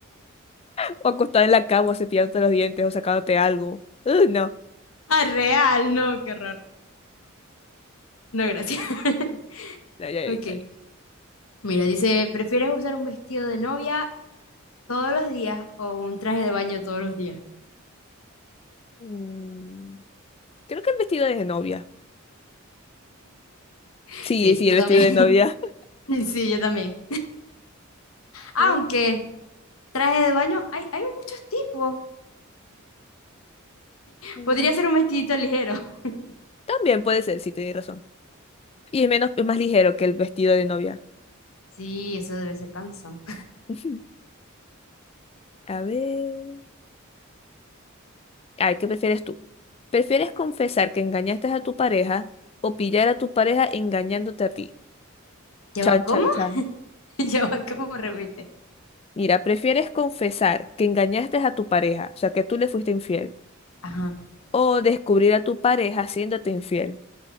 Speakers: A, on the left (about 30°); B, on the left (about 75°).
A: O acostada en la cama, o cepillándote los dientes, o sacándote algo. Uh, no.
B: Ah, real, no, qué horror. No, gracias. <laughs>
A: No, ya, ya,
B: Ok.
A: ya.
B: Mira, dice, ¿prefieres usar un vestido de novia todos los días o un traje de baño todos los días.
A: Mm, Creo que el vestido de novia.
B: <laughs>
A: Sí,
B: Sí,
A: sí, el
B: yo
A: vestido
B: también.
A: de novia. <laughs>
B: <laughs> Sí, yo también. Aunque
A: Sí.
B: traje de baño hay, hay muchos tipos.
A: Mm,
B: Podría ser un vestidito ligero. <laughs>
A: También puede ser, sí, tienes razón. Y es menos, es más ligero que el vestido de novia.
B: Sí, eso debe ser cansón.
A: <laughs> A ver. Ay, ¿qué prefieres tú? ¿Prefieres confesar que engañaste a tu pareja o pillar a tu pareja engañándote a ti?
B: ¿Lleva
A: Chan,
B: cómo?
A: chan, chan.
B: <laughs> ¿Lleva cómo? Repite.
A: Mira, ¿prefieres confesar que engañaste a tu pareja, o sea, que tú le fuiste infiel,
B: Ajá.
A: o descubrir a tu pareja haciéndote infiel?